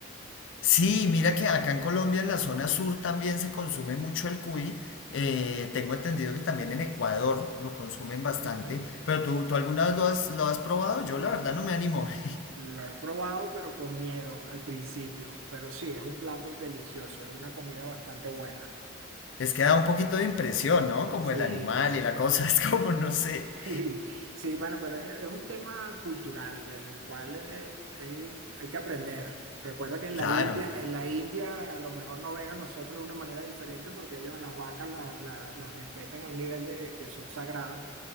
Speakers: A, on the left; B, on the right.
A: Sí, mira que acá en Colombia, en la zona sur, también se consume mucho el cuy. Eh, tengo entendido que también en Ecuador lo consumen bastante.
B: Ujú.
A: Pero tú, ¿tú alguna lo has, lo has probado? Yo la verdad no me animo. <laughs>
B: Lo he probado, pero con miedo al principio. Pero sí, es un plato delicioso, es una comida bastante buena.
A: Es que da un poquito de impresión, ¿no? Como
B: Sí,
A: el animal y la cosa, <laughs> es como,
B: <laughs>
A: no sé.
B: sí, sí, bueno, pero es, es un tema cultural en el cual eh, eh, hay que aprender. Recuerda que en
A: Claro,
B: la India, en la India a lo mejor no ven a nosotros de una manera diferente porque ellos las vacas la- la- las respetan a un nivel de que son sagradas.